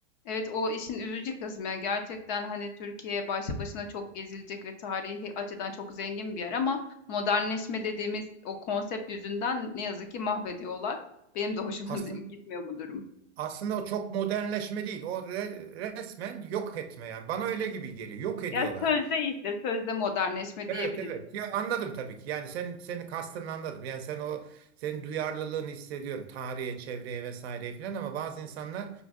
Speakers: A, on the left; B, on the right.
A: Evet o işin üzücü kısmı ya gerçekten hani Türkiye başlı başına çok gezilecek ve tarihi açıdan çok zengin bir yer ama modernleşme dediğimiz o konsept yüzünden ne yazık ki mahvediyorlar. Benim de hoşuma
B: Aslında
A: <laughs> gitmiyor bu durum.
B: Aslında o çok modernleşme değil. O re- resmen yok etme yani. Bana öyle gibi geliyor. Yok ediyorlar.
A: Ya sözde işte sözde modernleşme
B: Evet
A: diyebiliriz.
B: evet. Ya anladım tabii ki. Yani sen seni kastını anladım. Yani sen o senin duyarlılığını hissediyorum. Tarihe, çevreye vesaireye filan ama bazı insanlar